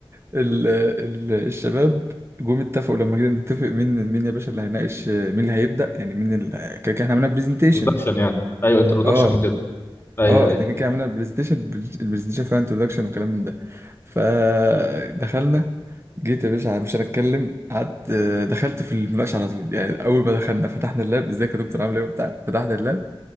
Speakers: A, on the right (about 25°); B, on the left (about 25°).
A: ال... ال... الشباب جم اتفقوا لما جينا نتفق مين مين يا باشا اللي هيناقش مين اللي هيبدا يعني مين اللي كده كده احنا عملنا برزنتيشن
B: انترودكشن يعني ايوه انترودكشن
A: اه
B: وكده ايوه
A: اه
B: ايوه
A: احنا كده كده عملنا البرزنتيشن البرزنتيشن فيها انتروداكشن وكلام من ده فدخلنا جيت يا باشا مش هنتكلم قعدت آه، دخلت في المناقشه على طول يعني اول ما دخلنا فتحنا اللاب ازيك يا دكتور عامل ايه وبتاع فتحنا اللاب